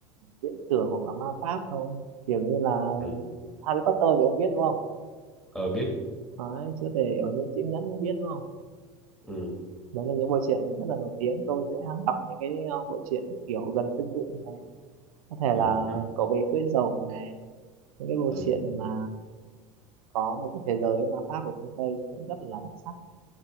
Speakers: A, on the right (about 80°); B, in the centre.
A: viễn tưởng hoặc là ma pháp thôi kiểu như là
B: Ừ,
A: Harry Potter thì ông biết đúng không
B: ờ biết.
A: Đấy, chữa thể ở những chiếc nhẫn cũng biết đúng không
B: Ừ,
A: đấy là những bộ truyện rất là nổi tiếng tôi sẽ đọc những cái ờ, bộ truyện kiểu gần tương tự như thế có thể
B: ừ,
A: là
B: hứ,
A: cậu bé cưỡi rồng này những cái bộ
B: ừ.
A: truyện mà có một cái thế giới ma pháp của phương Tây cũng rất là đặc sắc